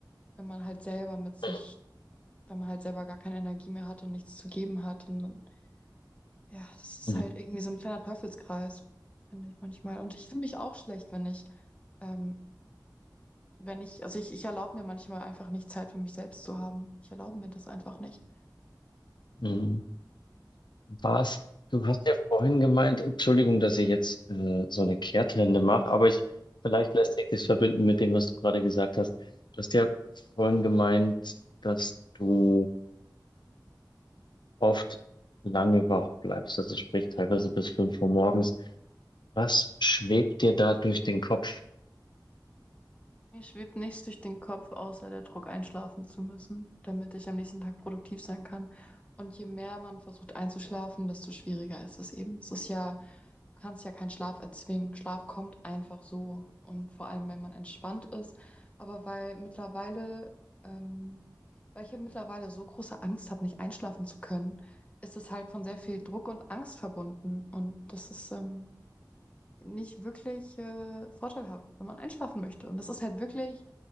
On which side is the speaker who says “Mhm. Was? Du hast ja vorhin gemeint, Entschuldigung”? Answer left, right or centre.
Left